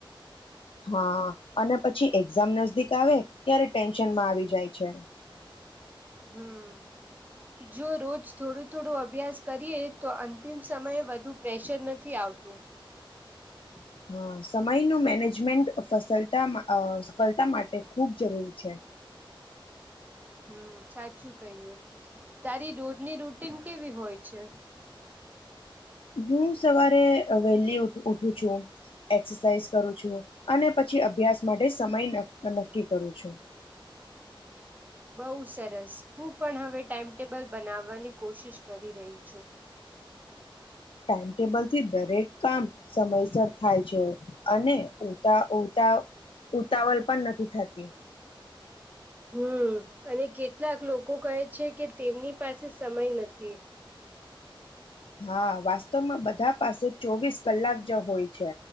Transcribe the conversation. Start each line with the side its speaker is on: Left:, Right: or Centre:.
Left: હા અને પછી એક્ઝામ નજદીક આવે ત્યારે ટેન્શનમાં આવી જાય છે
Right: <unintelligible> હમ જો રોજ થોડું થોડો અભ્યાસ કરીએ તો અંતિમ સમયે વધુ પ્રેશર નથી આવતું <unintelligible>
Left: હા સમયનું મેનેજમેન્ટસલતા સફળતા માટે ખૂબ જરૂરી છે <inaudible>
Right: હમ સાચું કહ્યું તારી રોજની રૂટીન કેવી હોય છે
Left: <inaudible> હ સવારે વહેલી ઉઠું છું એક્સરસાઇઝ કરું છું અને પછી અભ્યાસ માટે સમય નક્કી કરું છું <inaudible>
Right: બઉ સરસ હું પણ હવે ટાઈમટેબલ બનાવવાની કોશિશ કરી રહી છું
Left: ટાઈમટેબલ થી દર હરેક કામ સમયસર થાય છે અને ઉતા ઉતા ઉતાવળ પણ નથી થતી <inaudible>
Right: હમ અને કેટલાક લોકો કહે છે કે તેમની પાસે સમય નથી
Left: હા વાસ્તવમાં બધા પાસે ચોવીસ કલાક જ હોય છે